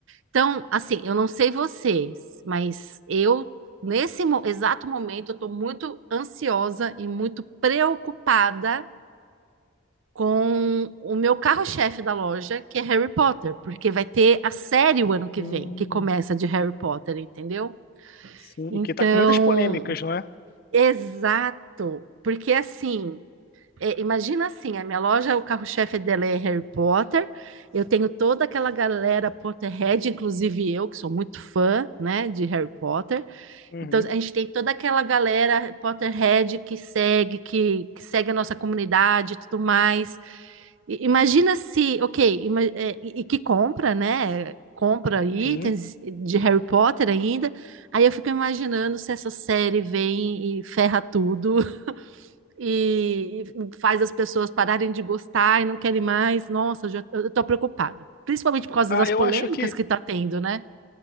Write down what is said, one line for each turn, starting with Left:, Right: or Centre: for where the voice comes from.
Right: Então, assim, eu não sei vocês, mas eu, nesse mo- exato momento, eu estou muito ansiosa e muito preocupada com o meu carro-chefe da loja, que é Harry Potter, porque vai ter a série o ano que
Left: Hum,
Right: vem, que começa de Harry Potter, entendeu?
Left: sim.
Right: Então,
Left: E que tá com muitas polêmicas, não é?
Right: exato, porque assim é, imagina assim, a minha loja, o carro-chefe dela é Harry Potter. Eu tenho toda aquela galera Potterhead, inclusive eu, que sou muito fã, né, de Harry Potter.
Left: Uhum.
Right: Então a gente tem toda aquela galera Potterhead que segue, que, que segue a nossa comunidade e tudo mais. I- Imagina se, ok, ima- é, e, e que compra, né? Compra itens
Left: Sim.
Right: de Harry Potter ainda. Aí eu fico imaginando se essa série vem e ferra tudo e faz as pessoas pararem de gostar e não querem mais. Nossa, eu já, eu tô preocupada. Principalmente por causa
Left: Ah,
Right: das
Left: eu
Right: polêmicas
Left: acho que
Right: que tá tendo, né?